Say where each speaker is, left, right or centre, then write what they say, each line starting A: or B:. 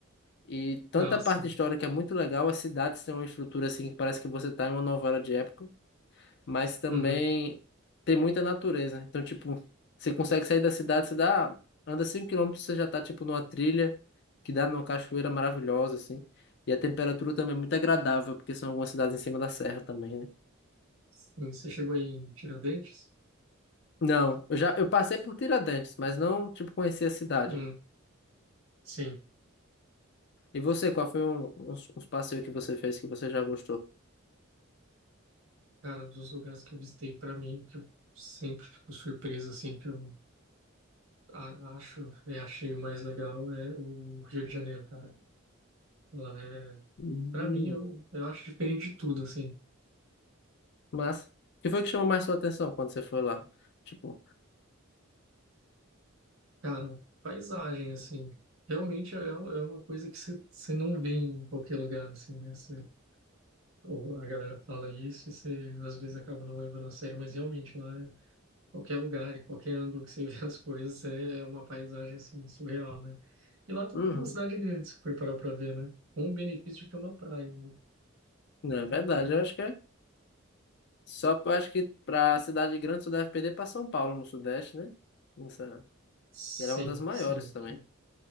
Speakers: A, on the left (about 55°); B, on the right (about 75°).
A: e tanta
B: ah,
A: parte
B: sim.
A: histórica é muito legal. As cidades têm uma estrutura assim que parece que você está em uma novela de época, mas também
B: Uhum.
A: tem muita natureza. Então, tipo, você consegue sair da cidade, você dá, anda 5 quilômetros você já está tipo numa trilha que dá numa cachoeira maravilhosa assim. E a temperatura também é muito agradável, porque são algumas cidades em cima da serra também, né?
B: Sim, Você chegou aí em Tiradentes?
A: Não, eu já eu passei por Tiradentes, mas não tipo conheci a cidade.
B: Hum, sim.
A: E você, qual foi um- uns, uns passeios que você fez que você já gostou?
B: Cara, dos lugares que eu visitei, para mim, que eu sempre fico surpreso, assim, que eu a- acho e achei o mais legal é o Rio de Janeiro, cara. Lá é,
A: Hum,
B: para mim, eu, eu acho diferente de tudo, assim.
A: mas, o que foi que chamou mais sua atenção quando você foi lá? Tipo,
B: Cara, paisagem, assim, realmente é, é um, é uma coisa que você você não vê em qualquer lugar, assim, né? Você, ou a galera fala isso e você às vezes acaba não levando a sério, mas realmente lá é qualquer lugar e qualquer ângulo que você <laughs> vê as coisas é é uma paisagem assim surreal, né? E lá também
A: uhum,
B: é uma cidade grande, se for parar para ver, né? Com o benefício de ter uma praia. né?
A: não é verdade, eu acho que é. Só eu acho que pra cidade grande você deve perder pra São Paulo, no Sudeste, né? Nossa,
B: Sim,
A: ela é uma das maiores
B: sim,
A: também.
B: que